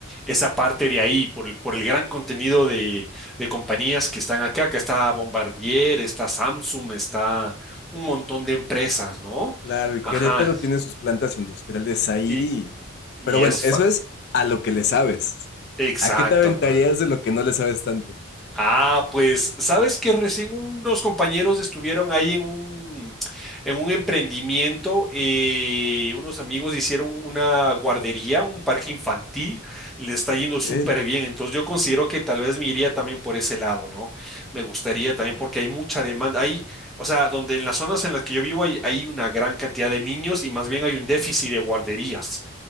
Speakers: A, in the centre; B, on the left.
A: esa parte de ahí, por el, por el gran contenido de, de compañías que están acá. Acá está Bombardier, está Samsung, está un montón de empresas, ¿no?
B: Claro, y
A: Ajá.
B: Querétaro tiene sus plantas industriales ahí.
A: Y, y
B: Pero bueno,
A: es
B: eso
A: fa-
B: es a lo que le sabes.
A: exacto,
B: ¿A qué te aventarías
A: ¿no?
B: de lo que no le sabes tanto?
A: Ah, pues, sabes que recién unos compañeros estuvieron ahí en un, en un emprendimiento, eh, unos amigos hicieron una guardería, un parque infantil, le está yendo súper
B: Ok,
A: bien, entonces yo considero que tal vez me iría también por ese lado, ¿no? Me gustaría también porque hay mucha demanda, hay, o sea, donde en las zonas en las que yo vivo hay, hay una gran cantidad de niños y más bien hay un déficit de guarderías,